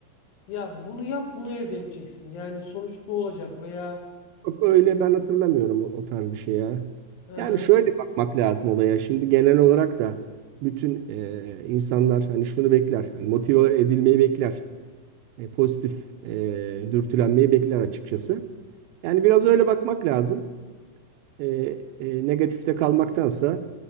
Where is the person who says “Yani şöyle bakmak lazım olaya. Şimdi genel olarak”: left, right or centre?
Right